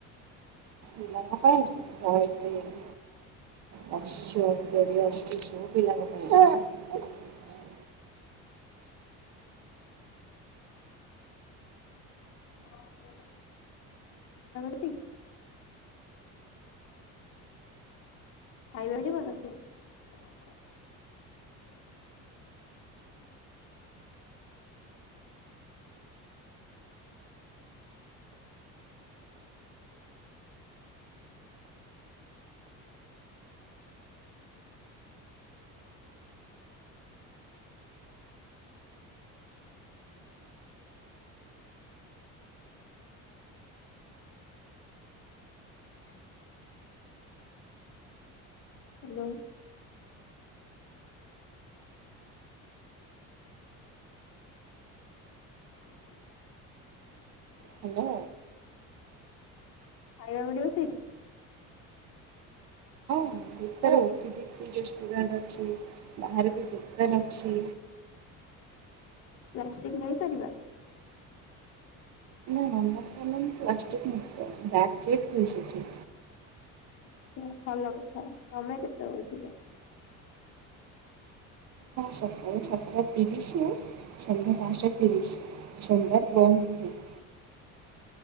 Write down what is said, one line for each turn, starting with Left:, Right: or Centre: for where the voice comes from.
Right: ପିଲାଙ୍କ ପାଇଁ ବହୁତୀ <unintelligible> ଅଛି <unintelligible> ଆଉ ପିଲାଙ୍କ ପାଇଁ ଅଛି
Left: ଆରମ ଲାଗୁଚି? ଖାଇବାବି ଭଲ ଥିବ। ହ ହ୍ୟାଲୋ। ହ
Right: ହାଲୋ।
Left: ଖାଇବା ମିଳିବ ସେଇଠି?
Right: ହଁ ଭିତରେ ଓଟିପିସି ରେଷ୍ଟୁରାଣ୍ଟ ଅଛି। ବାହାରେ ବି ଦୋକାନ ଅଛି।
Left: ପ୍ଲାଷ୍ଟିକ ନେଇପାରିବା?
Right: ନମ୍ବର ତ ନାହିଁ। ପ୍ଲାଷ୍ଟିକ <unintelligible> ମିଶିଛି।
Left: ଆଛା ଭଲ କଥା ସମୟ କେତେବେଳେ ଯିବ?
Right: ସକାଳ ସାତଟା ତିରିଶରୁ ସନ୍ଧ୍ୟା ପାଞ୍ଚଟା ତିରିଶ। ସୋମବାର ବନ୍ଦ ରୁହେ। ହ